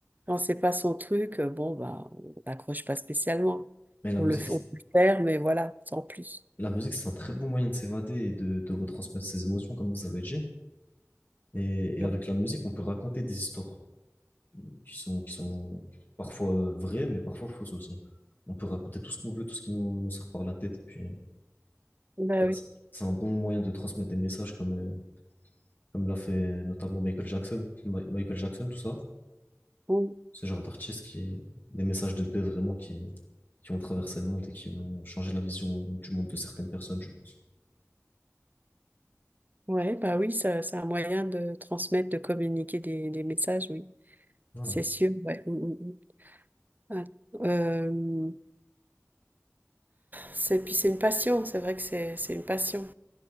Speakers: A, on the right; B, on the left.
A: Quand c'est pas son truc, euh, bon, bah, on n'accroche pas spécialement.
B: Mais la
A: On
B: musique,
A: le, fait-
B: c'est-
A: on peut le faire, mais voilà, sans plus.
B: la musique, c'est un très bon moyen de s'évader et de, de retransmettre ses émotions, comme vous avez dit. Et, et
A: Donc,
B: avec la musique, on peut raconter des histoires qui sont, qui sont parfois vraies, mais parfois fausses aussi. On peut raconter tout ce qu'on veut, tout ce qui nous, nous sort par la tête. Puis,
A: bah
B: voilà,
A: oui.
B: c'est c'est un bon moyen de transmettre des messages comme, euh, comme l'a fait euh, notamment Michael Jackson. Ma- Michael Jackson, tout ça.
A: Bon,
B: Ce genre d'artistes qui, des messages de paix vraiment qui, qui ont traversé le monde et qui ont changé la vision du monde de certaines personnes, je pense.
A: ouais, bah oui, ça- c'est un moyen de transmettre, de communiquer des, des messages, oui.
B: Voilà.
A: C'est sûr, ouais. Mm, mm, mm. Ah, euh, C'est puis c'est une passion, c'est vrai que c'est c'est une passion.